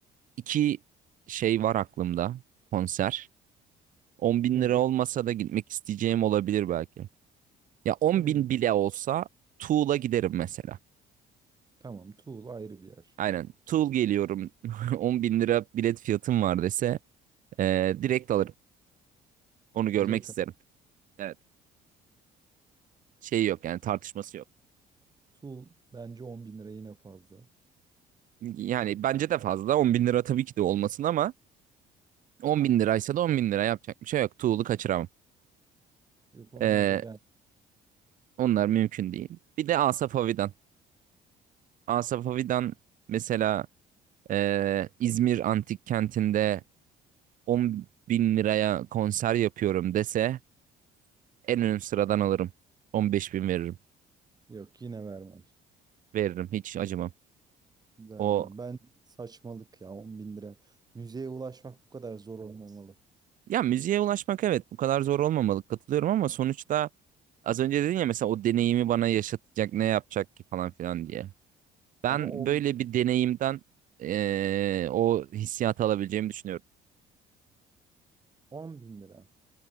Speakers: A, on the right; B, on the right.
A: iki şey var aklımda konser. 10 bin
B: Nedir?
A: lira olmasa da gitmek isteyeceğim olabilir belki. Ya 10
B: Nedir?
A: bin bile olsa Tool'a giderim mesela.
B: Tamam Tuğul ayrı bir yer.
A: Aynen Tool geliyorum <laughs> 10 bin lira bilet fiyatım var dese Ee, direkt alırım. Onu görmek
B: Direkt
A: isterim.
B: ara.
A: Evet. Şey yok yani tartışması yok.
B: Tuğul bence on bin lira yine fazla.
A: Yani bence de fazla. 10 bin lira tabii ki de olmasın ama 10 bin liraysa da 10 bin lira yapacak bir şey yok. Tuğlu kaçıramam.
B: Yok onlar
A: Ee,
B: da gel.
A: onlar mümkün değil. Bir de Asaf Avidan. Asaf Avidan mesela ee, İzmir Antik Kenti'nde 10 bin liraya konser yapıyorum dese en ön sıradan alırım. 15 bin veririm.
B: Yok yine vermem.
A: Veririm hiç acımam.
B: Vermem.
A: O
B: Ben saçmalık ya 10 bin lira. Müzeye ulaşmak bu kadar zor olmamalı.
A: ya müziğe ulaşmak evet bu kadar zor olmamalı katılıyorum ama sonuçta Az önce dedin ya mesela o deneyimi bana yaşatacak ne yapacak ki falan filan diye. Ben
B: Ama 10,
A: böyle bir deneyimden eee, o hissiyatı alabileceğimi düşünüyorum.
B: 10 bin lira.